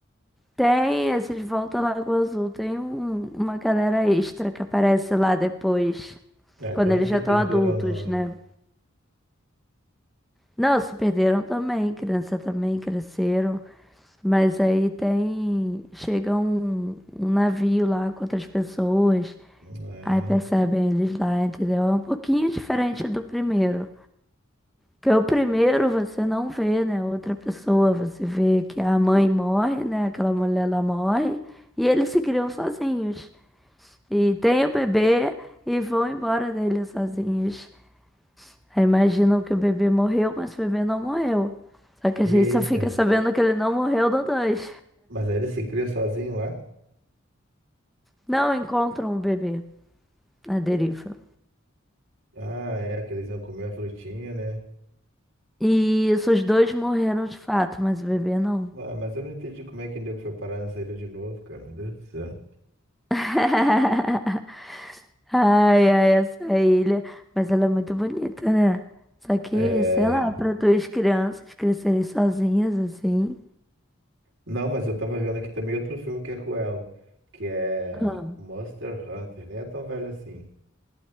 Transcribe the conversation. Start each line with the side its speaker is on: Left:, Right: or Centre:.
Centre: tem esses Volta à Lagoa Azul, tem um- uma galera extra que aparece lá depois,
Right: Ah,
Centre: quando
Right: então não
Centre: eles
Right: se
Centre: já
Right: perderam
Centre: estão adultos,
Right: não, né?
Centre: né? Não, se perderam também, criança também cresceram, mas aí tem, chega um, um navio lá com outras pessoas,
Right: Ah,
Centre: aí percebem eles lá, entendeu? É um pouquinho diferente do primeiro. Porque o primeiro você não vê, né? Outra pessoa, você vê que a mãe morre, né? Aquela mulher lá morre, e eles se criam sozinhos. E tem o bebê e vão embora dele sozinhos. Aí imaginam que o bebê morreu, mas o bebê não morreu. Só que a gente
Right: eita.
Centre: só fica sabendo que ele não morreu no dois.
Right: Mas aí ele se cria sozinho lá?
Centre: Não encontram o bebê na deriva.
Right: Ah, é, que eles iam comer a frutinha, né?
Centre: E isso, os dois morreram de fato, mas o bebê não.
Right: Ah, mas eu não entendi como é que nego foi parar nessa ilha de novo, cara. Meu Deus do céu.
Centre: <laughs> Ai, ai, essa ilha. Mas ela é muito bonita, né? Só que,
Right: É...
Centre: sei lá, para duas crianças crescerem sozinhas assim.
Right: Não, mas eu tava vendo aqui também outro filme que é com ela, que é
Centre: Ah.
Right: Monster Hunter. Nem é tão velho assim. Não